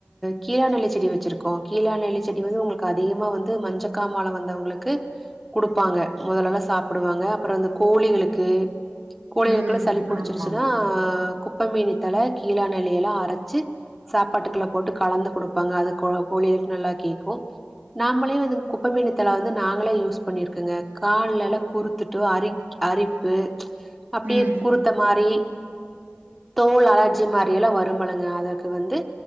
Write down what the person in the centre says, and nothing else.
கீழா நெலை செடி வச்சிருக்கோ கீழா நெல்லி செடி வந்து உங்களுக்கு அதிகமா வந்து மஞ்சக்காமால வந்தவங்களுக்கு குடுப்பாங்க முதலல்ல சாப்டுவாங்க அப்ரோ இந்த கோழிகளுக்கு கோழியளுக்குள
சளி புடிச்சிருச்சுன்னா
அ குப்ப மேனி தல கீழா நெலிஇல்லா அரச்சு சாப்பாட்டுக்குள்ள போட்டு கலந்து கொடுப்பாங்க அது கோ கோழிகலுக்கு நல்லா கேக்கு நாமளே வந்து குப்பமேனி தல வந்து நாங்களே யூஸ் பண்ணிருக்கோங்க கால்லெல்லா குறுத்துட்டு அரிப் அரிப்பு அப்டியே
குறுத்த மாரி தோல் அலாஜ் ஜிரி மாரி எல்லா வரும்பழங்க அதற்கு வந்து